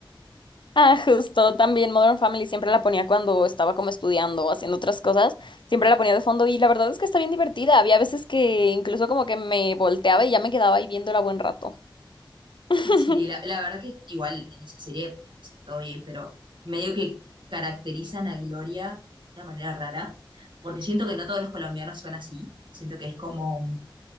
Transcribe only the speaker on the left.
Ah, justo, también Modern Family siempre la ponía cuando estaba como estudiando o haciendo otras cosas, siempre la ponía de fondo y la verdad es que está bien divertida. Había veces que incluso como que me volteaba y ya me quedaba ahí viéndola buen rato. <laughs>